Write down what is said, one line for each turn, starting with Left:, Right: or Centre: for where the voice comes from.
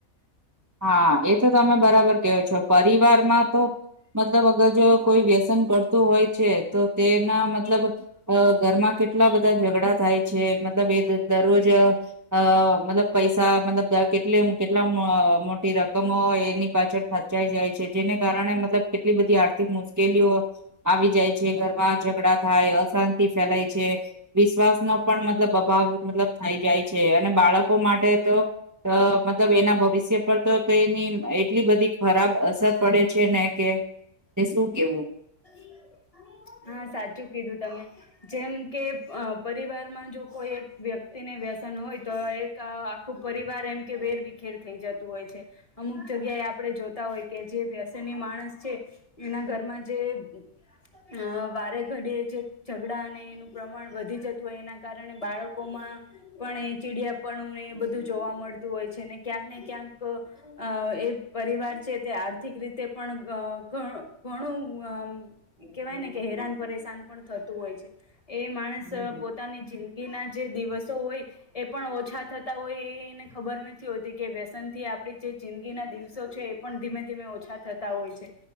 Right: હા એ તો તમે બરાબર કેહો છો પરિવારમાં તો મતલબ અગર જો કોઈ વ્યસન કરતું હોય છે તો તેના મતલબ અ ઘરમાં કેટ ટલા બધા ઝઘડા થાય છે મતલબ એ દ દરરોજ અ મતલબ પૈસા મતલબ દ કેટલી કેટલા મ રકમો હોય એની પાછળ ખર્ચાઈ જાય છે જેને કારણે મતલબ કેટલી બધી આર્થિક મુશ્કેલીઓ આવી જાય છે ઘરમાં ઝઘડા થા ય અશાંતિ ફેલાય છે વિશ્વાસ નો પણ મતલબ અભાવ મતલબ થઈ જાય છે અને બાળ ળકો માટે તો અ મતલબ એના ભવિષ્ય પર તો તેની એટલી બધી ખરાબ અસર પડે છે ને કે એ શું કેવું.
Left: અને. હા સાચું કીધું તમે જેમ કે અ પરિવારમાં જો કોઈ એક વ્યક્તિને વ્યસ અન હોય તો એક આખું પરિવાર એમ કે વેર વિખેર થઈ જતું હોય છે અમુક જગ્યાએ આપણે જોતા હોય કે જે વ્યસનની માણસ છે એના ઘરમાં જે અ વારે ઘડીએ જ ઝઘડા અને એનું પ્રમાણ વધી જતું હોય એના કારણે બાળકોમાં પણ ચીડિયાપણું એ બધું જોવા મળતું હોય છે ને ક્યાંક ને ક્યાંક અ એ પરી વાર છે તે આર્થિક રીતે પણ ધ ધ ઘણું અમ કેવાયને કે હેરાન પરેશાન પણ થતું હોય છે એ માણસ
Right: હમ
Left: પોતાની જિંદગી ના જે દિવસો હોય એ પણ ઓછા થતા હોય એને ખબર નથી હોતી કે વ્યસન થી આપડી જે જિંદગી ના દિવસો છે એ પણ ધીમે ધીમે ઓછા થતા હોય છે